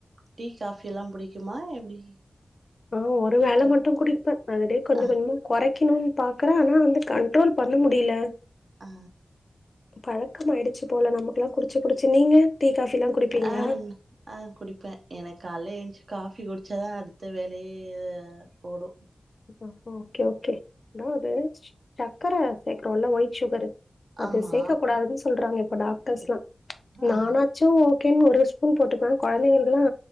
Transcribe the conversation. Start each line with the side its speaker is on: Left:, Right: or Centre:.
Right: டீ காஃபி எல்லா புடிக்குமா எப்டி
Left: ஆமா ஒரு
Right: டீ
Left: வேல
Right: காஃபி
Left: மட்டு குடிப்பன் அதோடே கொஞ்ச
Right: ஆ
Left: கொஞ்சமா கொறைக்கணும் பாக்கற ஆனா வந்துட் கண்ட்ரோல் பண்ண முடியில
Right: ஆ
Left: பழக்கம் ஆயிடுச்சி போல நமக்குல்லா குடிச்சி குடிச்சி நீங்க டீ காஃபி எல்லா குடிப்பீங்களா
Right: ஆ ஆ குடிப்பன் எனக்கு கால்ல ஏன்ச்சி காஃபி குடிச்சாதா அடுத்த வேலயே ஓடும்
Left: அப்ப ஓகே ஓகே அதா அது சக்கர சேக்கறோம் இல்ல ஒயிட் சுகரு அது
Right: ஆமா
Left: சேக்கக் கூடாதுன்னு சொல்றாங்க இப்ப டாக்டர்ஸ்லா நானா
Right: ஆ
Left: ச்சும் ஓகேன்னு ஒரு ஸ்பூன் போட்டுக்குவ கொழந்தைங்களுக்குலா